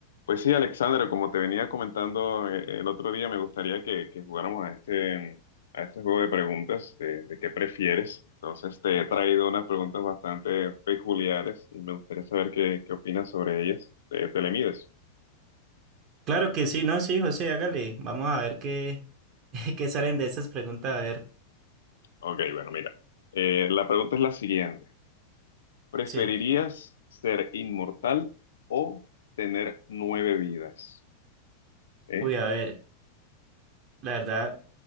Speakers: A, on the left (about 65°); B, on the right (about 40°).
A: Pues sí, Alexandra, como te venía comentando eh, el otro día, me gustaría que, que jugáramos a este, a este juego de preguntas de, de qué prefieres. Entonces te he traído unas preguntas bastante peculiares y me gustaría saber qué, qué opinas sobre ellas. ¿Te, te le mides?
B: Claro que sí, no, sí, José, hágale. Vamos a ver qué, <laughs> qué salen de esas preguntas. A ver,
A: Ok, bueno, mira. Eh, la pregunta es la siguiente. ¿Preferirías
B: sí.
A: ser inmortal o tener nueve vidas? ¿Eh?
B: Uy, a ver, la verdad,